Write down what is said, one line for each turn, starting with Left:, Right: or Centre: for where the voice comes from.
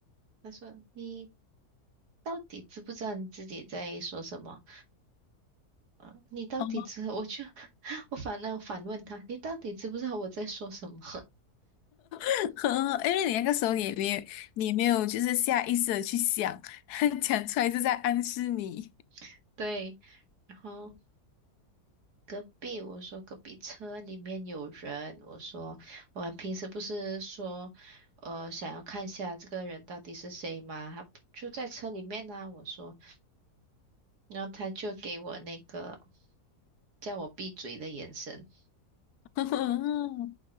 Right: 他说你到底知不知道你自己在说什么？啊，你到底知？
Left: 哦
Right: 我就 <laughs> 我反而反问他，你到底知不知道我在说什么？
Left: <laughs> 呵，因为你那个时候你也没有，你也没有就是下意识的去想，<laughs> 讲出来是在暗示你。
Right: <laughs> 对，然后。隔壁，我说隔壁车里面有人，我说我们平时不是说，呃，想要看一下这个人到底是谁吗？他就在车里面呢、我说，然后他就给我那个叫我闭嘴的眼神，
Left: <laughs>